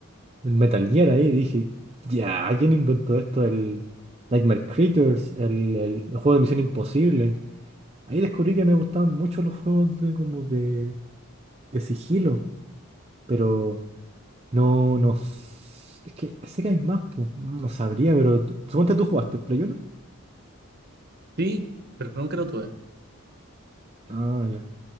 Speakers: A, on the right (about 30°); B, on the right (about 45°).
A: El Metal Gear ahí, dije, ya, ¿quién inventó esto? El Nightmare Creatures, el, el- el juego de Misión Imposible. Ahí descubrí que me gustaban mucho los juegos de como de, de sigilo, pero no, no. s- Es que sé que hay más, pues, no sabría, pero tú- suponte tú jugaste Play 1.
B: Sí, pero nunca lo tuve.
A: Ah, ya.